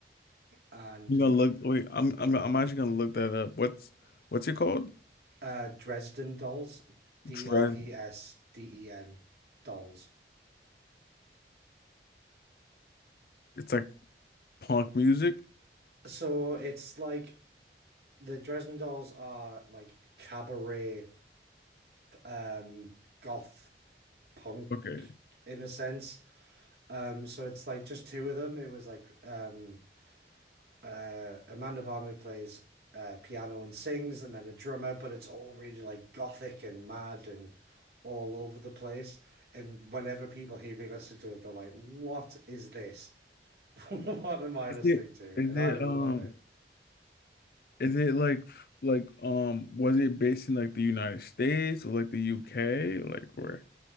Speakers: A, on the right; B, on the left.
A: and
B: I'm gonna look wait, I'm I'm I'm actually gonna look that up. What's what's it called?
A: uh Dresden Dolls, D
B: Dres
A: R E S D E N Dolls.
B: it's like punk music.
A: So it's like the Dresden Dolls are like cabaret um goth punk
B: Okay.
A: in a sense. Um, so it's like just two of them. It was like um, uh, Amanda Palmer plays uh, piano and sings, and then a drummer, but it's all really like gothic and mad and all over the place. And whenever people hear me listen to it, they're like, "What is this? <laughs> What am I
B: Is
A: listening
B: it
A: to?"
B: is
A: And
B: it
A: I love
B: um
A: it.
B: is it like like um was it based in like the United States or like the UK? Like where?